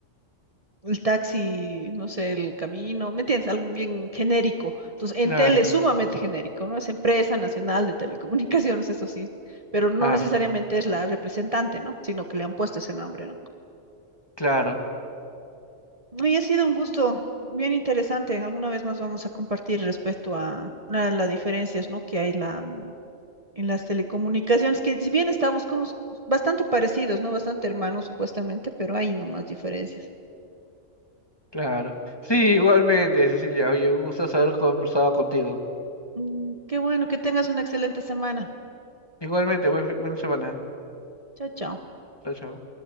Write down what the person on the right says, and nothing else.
el taxi, no sé, el camino, ¿me entiendes? Algo bien genérico. Entonces, Entel
es sumamente genérico, ¿no? Es empresa nacional de telecomunicaciones, eso sí, pero no
necesariamente
es la representante, ¿no? Sino que le han puesto ese nombre, ¿no?
Hoy ha sido un gusto bien interesante. Alguna vez más vamos a compartir respecto a una de las diferencias, ¿no? que hay la, mm, en las telecomunicaciones, que si bien estamos como s- bastante parecidos, ¿no? Bastante hermanos supuestamente, pero hay nomás diferencias.
Mm, qué bueno, que tengas una excelente semana.
Chao, chao.